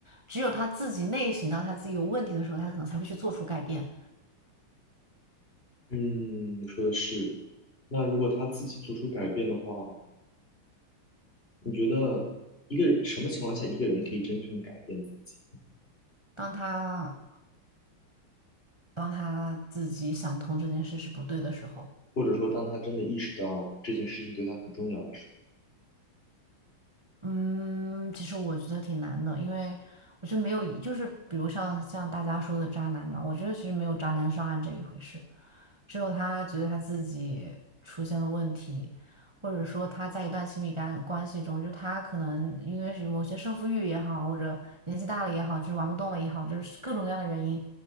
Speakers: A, on the right; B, on the left.
A: 只有他自己内省到他自己有问题的时候，他可能才会去做出改变。
B: 嗯，你说的是。那如果他自己做出改变的话，你觉得一个人什么情况下一个人可以真正改变自己？
A: 当他当他自己想通这件事是不对的时候。
B: 或者说，当他真的意识到这件事情对他很重要的时候，
A: 嗯，其实我觉得挺难的，因为我觉得没有一就是比如像像大家说的渣男嘛，我觉得其实没有渣男上岸这一回事，只有他觉得他自己出现了问题，或者说他在一段亲密感关系中，就他可能因为是某些胜负欲也好，或者年纪大了也好，就是玩不动了也好，就是各种各样的原因，